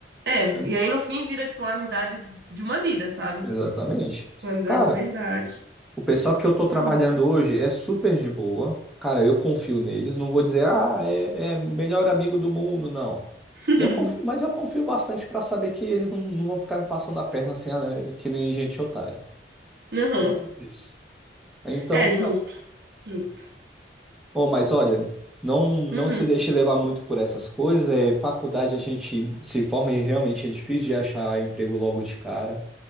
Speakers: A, on the right (about 60°); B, in the centre.
A: É,
B: É,
A: e aí no fim vira, tipo, uma amizade de uma vida, sabe?
B: Exatamente.
A: Uma amizade
B: Cara,
A: de verdade.
B: o pessoal que eu tô trabalhando
A: Uhum.
B: hoje é super de boa. Cara, eu confio neles. Não vou dizer, ah, é, é melhor amigo do mundo, não.
A: <laughs>
B: Eu confio, mas eu confio bastante pra saber que eles não, não vão ficar me passando a perna assim, ah, é, que nem gente otária.
A: Uhum.
B: Pelo menos isso. Então,
A: É, justo. Justo.
B: Oh, mas olha, não não
A: Uhum.
B: se deixe levar muito por essas coisas. É, faculdade a gente se forma e realmente é difícil de achar emprego logo de cara.